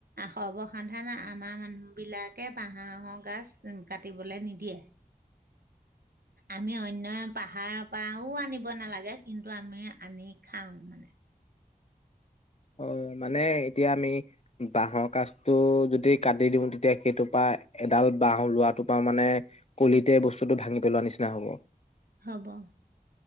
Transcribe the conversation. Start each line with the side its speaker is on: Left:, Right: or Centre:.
Right: সৰ্বসাধাৰণ আমাৰ মানুহ মানুহবিলাকে বাঁহৰ গাজ কাটিবলৈ নিদিয়ে আমি অন্য পাহাৰৰ পৰাও আনিব নালাগে কিন্তু আমি আনি খাওঁ মানে?
Left: অ', মানে এতিয়া আমি বাঁহৰ গাজটো যদি কাটি দিওঁ তেতিয়া সেইটোৰ পৰা এডাল বাহ লোৱাটোৰ পৰা মানে কলিতে বস্তুটো ভাঙি পেলোৱা নিচিনা হব।
Right: হব',